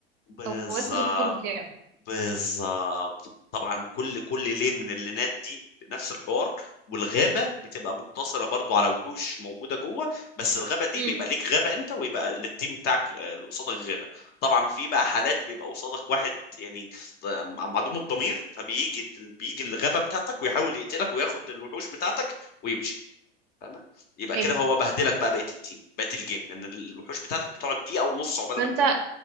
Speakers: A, on the left; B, on the right.
A: بالظبط
B: او اخد الكور بتاعه
A: بالظبط طبعا كل كل لين من اللينات دي بنفس الحوار والغابه بتبقى مقتصره برضو على وحوش موجوده جوه بس الغابه دي
B: امم
A: بيبقى ليك غابه انت ويبقى للتيم بتاعك آه، اللي قصادك غابه طبعا في بقى حالات بيبقى قصادك واحد يعني ط- معدوم الضمير فبيجي بيجي الغابه بتاعتك ويحاول يقتلك وياخد الوحوش بتاعتك ويمشي فاهمه يبقى
B: حلو
A: كده هو بهدلك بقى بقيه التيم بقيه الجيم لان الوحوش بتاعتك بتقعد دقيقه ونص عقبال
B: فانت
A: ما تلم